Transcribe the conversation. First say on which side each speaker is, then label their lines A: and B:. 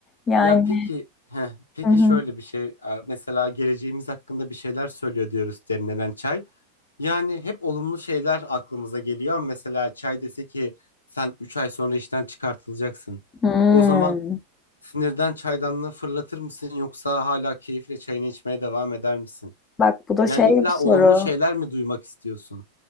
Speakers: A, on the left (about 25°); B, on the left (about 80°).
A: Yani
B: Ya peki, heh, peki
A: Hı hı.
B: şöyle bir şey. e, Mesela geleceğimiz hakkında bir şeyler söylüyor diyoruz demlenen çay. Yani hep olumlu şeyler aklımıza geliyor. Mesela çay dese ki sen 3 ay sonra işten çıkartılacaksın.
A: Hmm.
B: O zaman Sinirden çaydanlığı fırlatır mısın yoksa hala keyifle çayını içmeye devam eder misin?
A: Bak bu da
B: Yani
A: şey
B: illa
A: bir
B: olumlu
A: soru.
B: şeyler mi duymak istiyorsun?